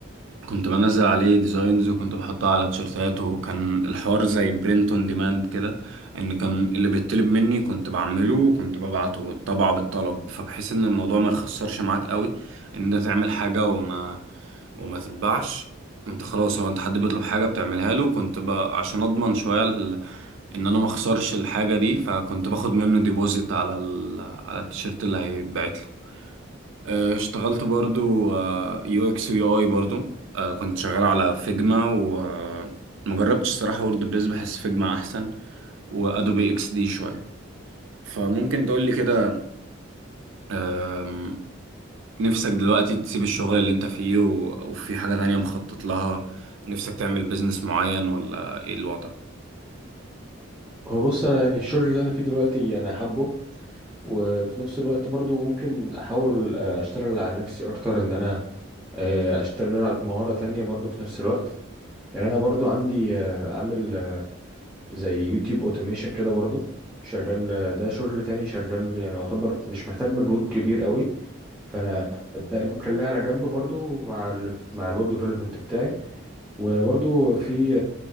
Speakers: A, on the right; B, in the centre.
A: كنت بنزل عليه ديزاينز وكنت بحطها على تيشيرتات وكان الحوار زي برنت اون ديماند كده ان كان اللي بيطلب مني كنت بعمله وكنت ببعته طبعه بالطلب فبحيث ان الموضوع ما يخسرش معاك قوي ان انت تعمل حاجة وما وما تتباعش انت خلاص هو انت حد بيطلب حاجة بتعملها له كنت ب... عشان اضمن شوية ال... ان انا ما اخسرش الحاجة دي فكنت باخد منه ديبوزيت على ال... على التيشيرت اللي هيتبعت له آه، اشتغلت برضو يو اكس ويو اي برضو آه، كنت شغال على فيجما وما جربتش الصراحة وورد بريس بحس فيجما احسن وادوبي اكس دي شوية فممكن تقول لي كده آم، نفسك دلوقتي تسيب الشغل اللي انت فيه و- وفي حاجة تانية مخطط لها نفسك تعمل بيزنس معين ولا ايه الوضع
B: هو بص انا يعني الشغل اللي انا فيه دلوقتي انا حابه وفي نفس الوقت برضو ممكن احاول آه، اشتغل على نفسي اكتر ان انا آه، اشتغل على مهارة تانية برضو في نفس الوقت يعني انا برضو عندي آه، عامل آه، زي يوتيوب اوتوميشن كده برضو شغال آه، ده شغل تاني شغال يعني يعتبر مش محتاج مجهود كبير قوي فانا ده مخليها على جنب برضو مع ال مع الويب ديفلوبمنت بتاعي وبرضو في